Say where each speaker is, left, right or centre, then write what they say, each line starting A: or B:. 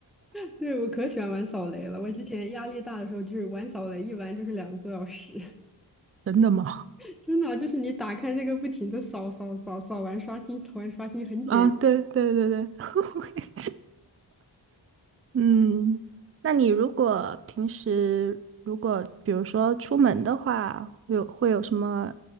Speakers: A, in the centre; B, on the right.
A: <laughs> 对，我可喜欢玩扫雷了。我之前压力大的时候，就是玩扫雷，一玩就是两个多小时，
B: 真的吗？
A: <laughs> 真的啊就是你打开那个不停的扫扫扫扫完刷新，扫完刷新很解压
B: 啊，对对对对，<laughs> 我也是。嗯，那你如果平时如果比如说出门的话，会有会有什么